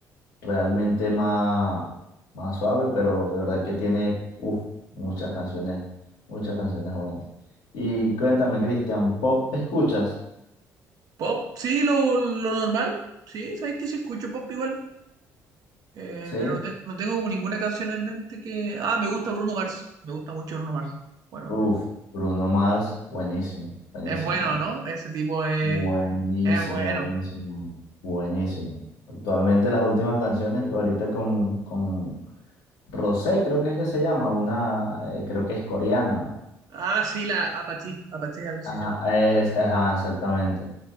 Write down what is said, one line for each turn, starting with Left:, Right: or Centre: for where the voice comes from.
Left: realmente más, más suave, pero de verdad que tiene, uff, muchas canciones, muchas canciones buenas. Y cuéntame, Cristian, ¿pop escuchas?
Right: Pop, sí, lo, lo normal. Sí, sabes que sí escucho pop igual. Eh,
Left: Sí,
Right: pero no, te- no tengo como ninguna canción en mente que. Ah, me gusta Bruno Mars. Me gusta mucho Bruno Mars. Bueno,
Left: uff,
Right: Bruno Mars.
Left: Bruno Mars, buenísimo, buenísimo.
Right: Es bueno, ¿no? Ese tipo es,
Left: Buenísimo,
Right: es bueno.
Left: buenísimo, buenísimo. Actualmente las últimas canciones, ahorita con, con Rosé, creo que es que se llama, una, eh, creo que es coreana.
Right: Ah, sí, la Apache. Apache, algo así
Left: Ajá,
Right: se llama.
Left: es, ajá, exactamente.